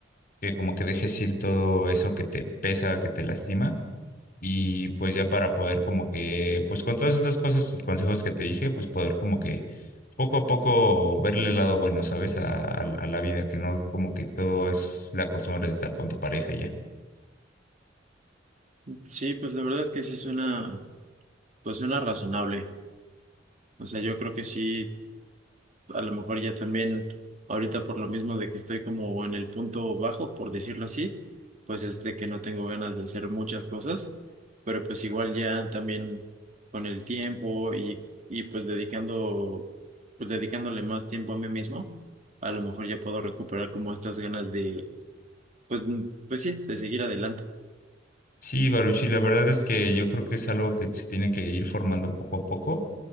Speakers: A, on the left; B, on the right.
A: que como que dejes ir todo eso que te pesa, que te lastima Y pues ya para poder como que, pues con todas esas cosas y consejos que te dije, pues poder como que poco a poco verle el lado bueno, ¿sabes? A, a- a la vida, que no como que todo es la costumbre de estar con tu pareja y ya.
B: Sí, pues la verdad es que sí suena, pues suena razonable. O sea, yo creo que sí, a lo mejor ya también, ahorita por lo mismo de que estoy como en el punto bajo, por decirlo así, pues es de que no tengo ganas de hacer muchas cosas, pero pues igual ya también con el tiempo y, y pues dedicando, pues dedicándole más tiempo a mí mismo, a lo mejor ya puedo recuperar como estas ganas de Pues, mm, pues sí, de seguir adelante.
A: Sí, Baruchi, la verdad es que yo creo que es algo que se tiene que ir formando poco a poco.